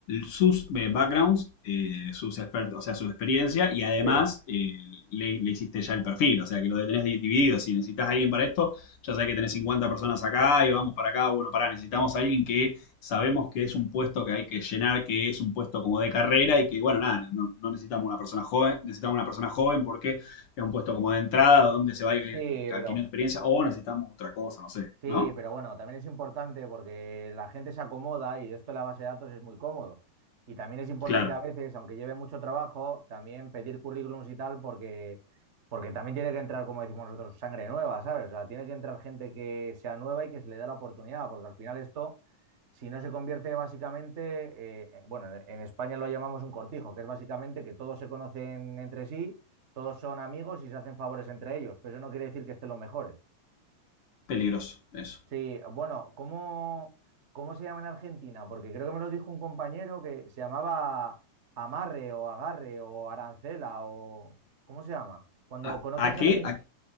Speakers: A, on the left (about 55°); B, on the right (about 65°).
A: sus eh, backgrounds, eh, sus expertos, o sea, su experiencia, y además
B: Sí.
A: eh, le, le hiciste ya el perfil, o sea, que lo tenés di- dividido. Si necesitas a alguien para esto, ya sabés que tenés 50 personas acá y vamos para acá, bueno, pará, necesitamos a alguien que sabemos que es un puesto que hay que llenar, que es un puesto como de carrera y que, bueno, nada, no, no no necesitamos una persona joven, necesitamos una persona joven porque es un puesto como de entrada donde se va a
B: Sí,
A: ir eh, adquiriendo
B: pero
A: experiencia o necesitamos otra cosa, no sé,
B: Sí,
A: ¿no?
B: pero bueno, también es importante porque la gente se acomoda y esto de la base de datos es muy cómodo. Y también es importante
A: Claro.
B: a veces, aunque lleve mucho trabajo, también pedir currículums y tal porque, porque también tiene que entrar, como decimos nosotros, sangre nueva, ¿sabes? O sea, tiene que entrar gente que sea nueva y que se le dé la oportunidad, porque al final esto, si no se convierte básicamente, eh, bueno, en en España lo llamamos un cortijo, que es básicamente que todos se conocen entre sí, todos son amigos y se hacen favores entre ellos, pero eso no quiere decir que estén los mejores.
A: Peligroso, eso.
B: Sí, bueno, ¿cómo, cómo se llama en Argentina? Porque creo que me lo dijo un compañero que se llamaba amarre o agarre o arancela o ¿cómo se llama? Cuando
A: ¿A,
B: conoces
A: a qué?
B: a alguien,
A: A,